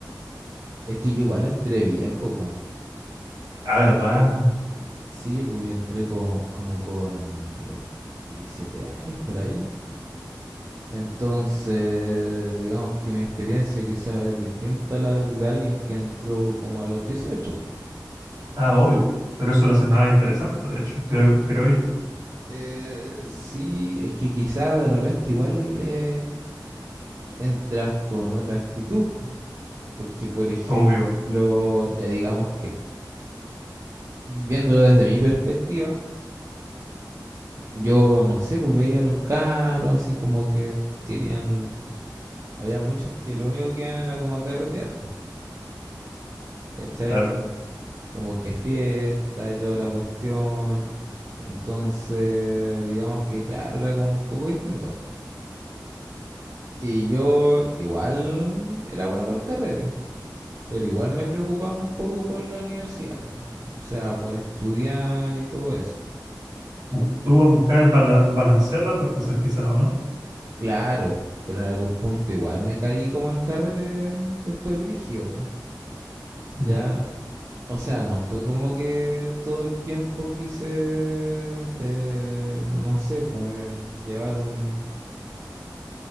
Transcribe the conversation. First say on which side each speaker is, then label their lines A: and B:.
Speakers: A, on the right (about 40°); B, on the right (about 60°).
A: es que yo igual entré viejo, pues.
B: Ah, ¿verdad?
A: Ya. Sí, pues yo entré co- como con 27 años por ahí. Entonces, digamos que mi experiencia quizás es distinta a la de, de alguien que entró como a los dieciocho. po.
B: Ah, obvio, pero eso lo hace más interesante, de hecho, creo, creo yo,
A: Eh, sí, es que quizás de repente igual el, eh, entras con otra actitud. Porque, por ejemplo,
B: obvio,
A: ya digamos que viéndolo desde mi perspectiva, yo no sé, pues veía a los cabros así como que querían, había muchos que lo único que iban era como a carretear, ¿cachai?
B: claro.
A: Como que fiesta y toda la cuestión. Entonces, digamos que claro, era como un poco distinto. Y yo igual era bueno para el carrete, pero igual me preocupaba un poco por la universidad, o sea, por estudiar y todo eso.
B: bu- tú vas a buscar bala- balancear las dos cosas quizás, ¿o no?
A: Claro, pero en algún punto igual me caí como al carrete después brígido, po. Ya,
B: Ya,
A: o sea, no fue como que todo el tiempo quise, eh, no sé, pues, eh, llevar un,